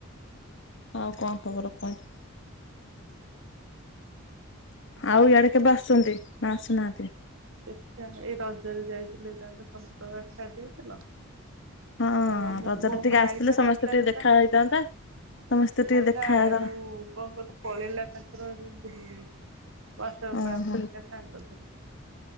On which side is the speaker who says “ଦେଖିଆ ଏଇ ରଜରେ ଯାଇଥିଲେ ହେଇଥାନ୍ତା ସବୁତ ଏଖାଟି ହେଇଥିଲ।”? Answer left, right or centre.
Right